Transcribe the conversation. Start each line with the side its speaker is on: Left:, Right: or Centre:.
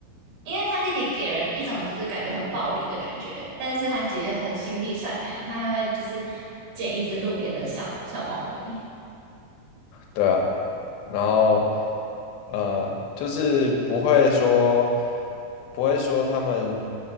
Right: 因为他弟弟给人一种就是感觉很暴力的感觉，但是他其实很心地善良，他还会就是捡一只路边的小小猫咪。
Left: 对啊。然后呃，就是不会说不会说他们